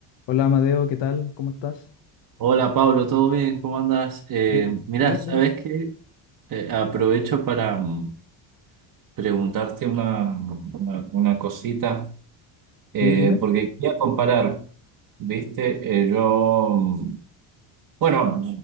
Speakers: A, on the left; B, on the right.
A: Hola Amadeo, ¿qué tal? ¿Cómo estás?
B: Hola Pablo, ¿todo bien? ¿Cómo andas? Eh,
A: Bien,
B: mirá,
A: bien,
B: ¿sabes
A: bien.
B: qué? Eh, aprovecho para mm, preguntarte una, una, una cosita,
A: Sí,
B: eh,
A: dime.
B: porque quería comparar, ¿viste? Eh, yo, mm, bueno,